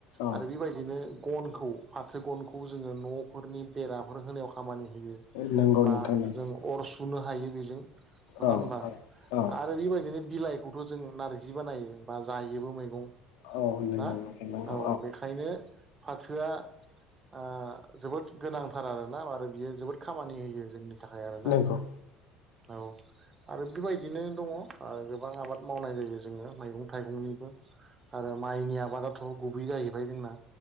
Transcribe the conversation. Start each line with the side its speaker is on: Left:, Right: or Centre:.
Left: औ
Right: आरो बेबायदिनो गनखौ फाथो गनखौ जोङो न'फोरनि बेराफोर होनायाव खामानि होयो।
Left: नंगौ
Right: बा
Left: नोंथां नंगौ
Right: जों अर सु सुनो हायो बेजों नङा
Left: औ
Right: होमबा
Left: औ औ
Right: आरो बेबायदिनो बिलाइखौ थ' जों नारजि बानायो। बा जायोबो मैगं
Left: औ नंगौ
Right: ना
Left: नोंथां नंगौ
Right: औ बेखायनो फाथोआ आह जोबोद गोनांथार आरोना आरो बियो जोबोद खामानि होयो जोंनि थाखाय आरोना
Left: नंगौ
Right: औ आरो बेबायदिनो दङ ओ गोबां आबाद मावनाय जायो जोङो मैगं थाइगंनिबो आरो माइनि आबादाथ' गुबै जाहैबाय जोंना